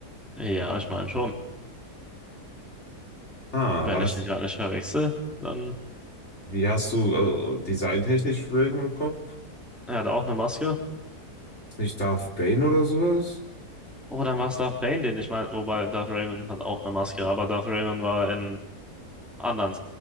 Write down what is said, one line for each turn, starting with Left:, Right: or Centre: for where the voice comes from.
Centre: ja, ich meine schon.
Left: Ah,
Centre: Wenn
Left: war das.
Centre: ich den gerade nicht verwechsel, dann
Left: Wie hast du äh, designtechnisch Raven im Kopf?
Centre: er hat auch eine Maske.
Left: Ist nicht Darth Bane oder sowas?
Centre: Oh, dann war es Darth Bane, den ich meine. Wobei Darth Raven hat auch eine Maske, aber Darth Raven war in anderen